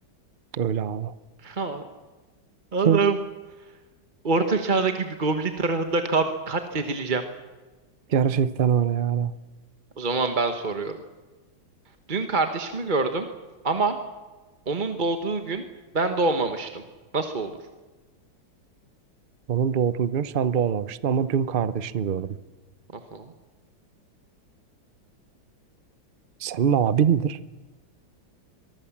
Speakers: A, on the right; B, on the right.
A: Öyle abi.
B: Ha, Allah'ım.
A: Hı.
B: Orta çağdaki bir goblin tarafından kam- katledileceğim.
A: Gerçekten öyle yani.
B: O zaman ben soruyorum. Dün kardeşimi gördüm ama onun doğduğu gün ben doğmamıştım. Nasıl olur?
A: Onun doğduğu gün sen doğmamıştın ama dün kardeşini gördüm.
B: Aha.
A: Senin abindir.